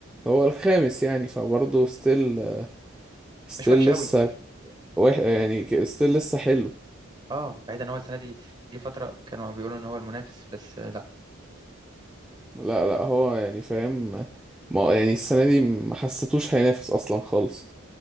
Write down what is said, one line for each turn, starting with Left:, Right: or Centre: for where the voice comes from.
Centre: هو الخامس يعني فبرضه ستيل ستيل
Right: مش وحش قوي
Centre: لسه وح يعني ستيل لسه حلو
Right: اه بعيد ان هو السنه دي جه فتره كانوا بيقولوا ان هو المنافس بس آه، لا
Centre: لا لا هو يعني فاهم ما يعني السنة دي ما حسيتوش هينافس اصلا خالص